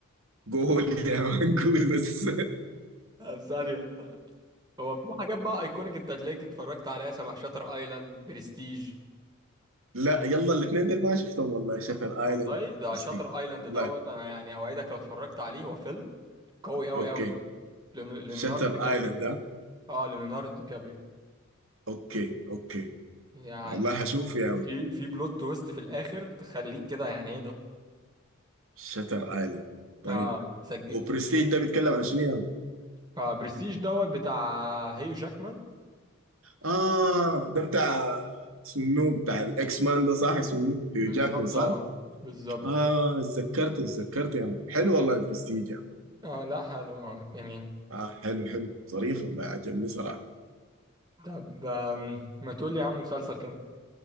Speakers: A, on the right; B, on the right.
A: قول يا <laughs> مان قول بس
B: <laughs> ثانية هو في حاجات بقى ايكونيك انت هتلاقيك اتفرجت عليها شبه شاتر ايلاند برستيج
A: لا يلا الاثنين دول ما شفتهم والله شاتر
B: والله
A: ايلاند وبرستيج
B: ده شاتر ايلاند
A: والله
B: دوت انا يعني اوعدك لو اتفرجت عليه هو فيلم قوي قوي
A: اوكي
B: قوي ليوناردو
A: شاتر
B: دي كابريو
A: ايلاند ده
B: اه ليوناردو دي كابريو
A: اوكي اوكي
B: يعني
A: والله هشوف يا
B: في
A: مان
B: في بلوت تويست في الاخر تخليك كده يعني ايه ده
A: شاتر ايلاند طيب
B: اه سجل
A: وبرستيج ده بيتكلم عن شنو يا مان؟
B: اه برستيج دوت بتاع هيو جاكمان
A: اه ده بتاع اسمه منو؟ بتاع الاكس مان ده صح اسمه منو؟ هيو
B: وبالظبط
A: جاكمان صح؟
B: اه بالظبط
A: اه اتذكرت اتذكرت يا مان حلو والله برستيج يا مان.
B: اه لا حلو اه جميل
A: اه حلو حلو ظريف والله عجبني صراحة
B: طب آم، ما تقول لي يا عم مسلسل كام